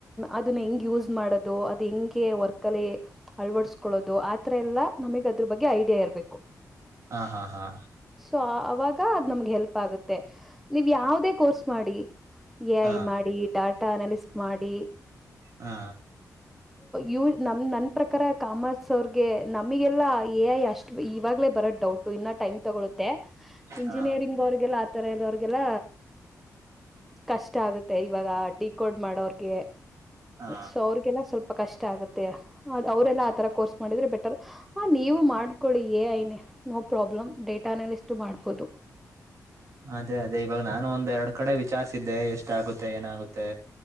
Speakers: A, in the centre; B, on the right (about 55°).
A: ಅದನ್ನ ಹೆಂಗ್ ಯೂಸ್ ಮಾಡೋದು ಅದು ಹೆಂಗೆ ವರ್ಕ್ ಅಲ್ಲಿ ಅಳ್ವಡ್ಸ್ಕೊಳ್ಳೋದು ಆತರ ಎಲ್ಲಾ ನಮಿಗ್ ದ್ರ ಬಗ್ಗೆ ಐಡಿಯಾ ಇರ್ಬೇಕು
B: ಹ ಹಾ ಹಾ
A: ಸೊ ವಾಗ ಅ್ ನಮಗೆ ಹೆಲ್ಪ್ ಆಗುತ್ತೆ ನೀವ್ ಯಾವದೇ ಕೋರ್ಸ್ ಮಾಡಿ ಎ
B: ಹಾ
A: ಐ ಮಾಡಿ ಟಾಟಾನಲ್ಲಿ ಸ್ಪೆ ಮಾಡಿ
B: ಹಾ
A: ಇವ ನಮ್ ನನ್ ಪ್ರಕಾರ ಕಾಮಸ್ ಅವ್ರಗೆ ನಮ್ಗೆಲ್ಲಾ ಏ ಐ ಅಷ್ಟು ಇವಾಗಲೇ ಬರದ ಡೌಟ್ ಇನ್ನ ಟೈಮ್ ತಗೊಳುತ್ತೆ ಇಂಜಿನಿಯರಿಂಗ್
B: ಹಾ
A: ಅವ್ರ್ಗೆಲ್ಲ ತರ ಎದೋರಗೆಲ್ಲ ಕಷ್ಟ ಆಗುತ್ತೆ ಇವಾಗ ಡಿ ಕೋಡ್ ಮಾಡೋರ್ಗೆ
B: ಹಾ
A: ಸೊ ಅವ್ರಿಗೆಲ್ಲ ಸ್ವಲ್ಪ ಕಷ್ಟ ಆಗುತ್ತೆ ಅವ್ರೆಲ್ಲಾ ಆ ತರ ಕೋರ್ಸ್ ಮಾಡಿದ್ರೆ ಬೆಟರ್ ಹ ನೀವು ಮಾಡ್ಕೊಳ್ಳಿ A I no problem data analyst ಮಾಡ್ಬೋದು
B: ಅದೇ ಅದೇ ಇವಾಗ ನಾನು ಒಂದ್ ಎರ್ಡ್ ಕಡೆ ವಿಚಾರ್ಸಿದ್ದೆ ಎಷ್ಟ ಆಗುತ್ತೆ ಏನಾಗುತ್ತೆ